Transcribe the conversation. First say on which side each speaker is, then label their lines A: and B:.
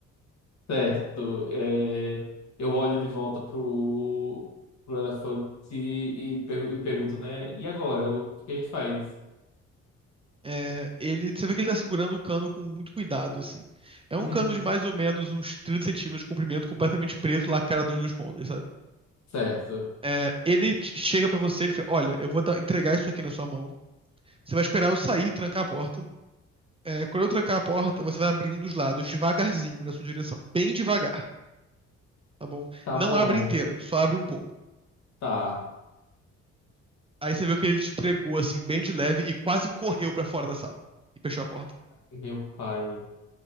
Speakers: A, on the left; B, on the right.
A: Certo. É, eu olho de volta pro, pro elefante e, per- e pergunto, né? E agora? O que a gente faz?
B: É, ele, você vê que ele tá segurando o cano com muito cuidado, assim. É um
A: Uhum.
B: cano de mais ou menos uns 30 centímetros de comprimento, completamente preto, lacrado nas duas pontas, sabe?
A: Certo.
B: É, ele te- chega pra você, ele fala, olha, eu vou dar- entregar isso aqui na sua mão. Você vai esperar eu sair e trancar a porta. É, quando eu trancar a porta, você vai abrir um dos lados devagarzinho na sua direção, bem devagar. Tá bom.
A: Tá
B: Não
A: bom.
B: abre inteiro, só abre um pouco.
A: Tá.
B: Aí você viu que ele te entregou assim, bem de leve, e quase correu pra fora da sala. E fechou a porta.
A: Meu pai.